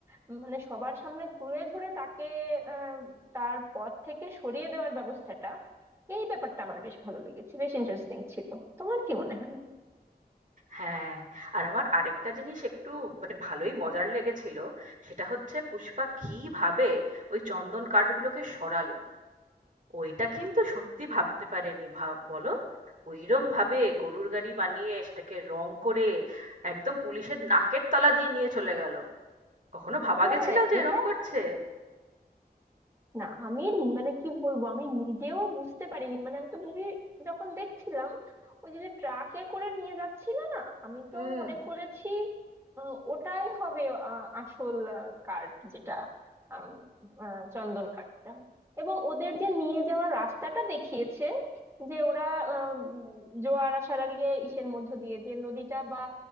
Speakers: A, on the right; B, on the right.
A: উম, মানে সবার সামনে তুলে ধরে তাকে আহ, তার পথ থেকে সরিয়ে দেওয়ার ব্যবস্থাটা এই ব্যাপারটা আমার বেশ ভালো লেগেছে বেশ ইন্টারেস্টিং ছিল তোমার কি মনে হয়
B: হ্যাঁ, আর আমার আরেকটা জিনিস একটু মানে ভালোই মজার লেগেছিল। সেটা হচ্ছে পুষ্পা কিভাবে ওই চন্দন কাঠগুলোকে সরালো। ওইটা কিন্তু সত্যি ভাবতে পারেনি ভাব বলো ওইরম ভাবে গরুর গাড়ি বানিয়ে সেটাকে রং করে একদম পুলিশের নাকের তলা দিয়ে নিয়ে চলে গেল কখনো ভাবা
A: হ্যাঁ
B: গেছিল যে
A: এটা
B: এরম করছে
A: না আমি মানে কি বলবো আমি নিজেও বুঝতে পারিনি মানে আমি তো মুভি যখন দেখছিলাম ওই যে ট্রাকে করে নিয়ে যাচ্ছিল না আমি তো
B: হুম
A: মনে করেছি আহ, ওটাই হবে আহ, আসল কার্ড যেটা আম, আহ, চন্দন কাঠটা এবং ওদের যে নিয়ে যাওয়ার রাস্তাটা দেখিয়েছে যে ওরা আহ, উম, জোয়ার আসার আগে ইসের মধ্য দিয়ে যে নদীটা বা